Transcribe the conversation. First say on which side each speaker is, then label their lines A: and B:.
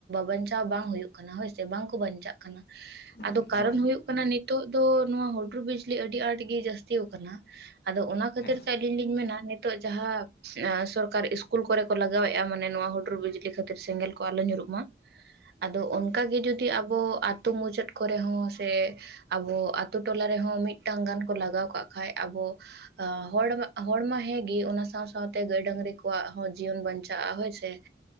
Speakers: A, on the right; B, on the left.
A: ᱵᱟᱧᱪᱟᱣ ᱵᱟᱝ ᱦᱩᱭᱩᱜ ᱠᱟᱱᱟ ᱦᱳᱭ ᱥᱮ ᱵᱟᱝᱠᱚ ᱵᱟᱧᱪᱟᱜ ᱠᱟᱱᱟ ᱟᱫᱚ
B: ᱦᱮᱸ
A: ᱠᱟᱨᱚᱱ
B: ᱵᱟ
A: ᱦᱩᱭᱩᱜ ᱠᱟᱱᱟ ᱱᱤᱛᱚᱜ ᱫᱚ ᱱᱚᱣᱟ ᱦᱩᱰᱩᱨ ᱵᱤᱡᱽᱞᱤ ᱟᱹᱰᱤ ᱟᱸᱴ ᱜᱮ ᱡᱟᱹᱥᱛᱤ ᱟᱠᱟᱱᱟ ᱟᱫᱚ ᱚᱱᱟ ᱠᱷᱟᱹᱛᱤᱨ
B: ᱦᱮᱸ
A: ᱛᱮ ᱟᱹᱞᱤᱧ ᱞᱤᱧ ᱢᱮᱱᱟ ᱱᱤᱛᱚᱜ ᱡᱟᱦᱟᱸ ᱥᱚᱨᱠᱟᱨ ᱤᱥᱠᱩᱞ ᱠᱚᱨᱮ ᱠᱚ ᱞᱟᱜᱟᱣᱮᱫᱼᱟ ᱢᱟᱱᱮ ᱱᱚᱣᱟ ᱦᱩᱰᱩᱨ ᱵᱤᱡᱽᱞᱤ ᱠᱷᱟᱹᱛᱤᱨ ᱥᱮᱸᱜᱮᱞ ᱠᱚ ᱟᱞᱚ ᱧᱩᱨᱩᱜ ᱢᱟ
B: <inaudible>
A: ᱟᱫᱚ ᱚᱱᱠᱟᱜ ᱜᱮ ᱡᱩᱫᱤ ᱟᱵᱚ ᱟᱛᱳ ᱢᱩᱪᱟᱹᱫ ᱠᱚᱨᱮ ᱦᱚᱸ ᱥᱮ ᱟᱵᱚ ᱟᱛᱳ ᱴᱚᱞᱟ ᱨᱮᱦᱚᱸ ᱢᱤᱫᱴᱟᱝ ᱜᱟᱱ ᱠᱚ ᱞᱟᱜᱟᱣ ᱠᱟᱜ ᱠᱷᱟᱱ ᱟᱵᱚ ᱦᱚᱲ ᱦᱚᱲᱢᱟ ᱦᱮᱸᱜᱮ ᱚᱱᱟ ᱥᱟᱶ ᱥᱟᱶ ᱛᱮ ᱜᱟᱹᱭ ᱰᱟᱺᱝᱨᱤ ᱠᱚᱣᱟᱜ ᱦᱚᱸ ᱡᱤᱭᱚᱱ ᱵᱟᱧᱪᱟᱜᱼᱟ ᱦᱳᱭ ᱥᱮ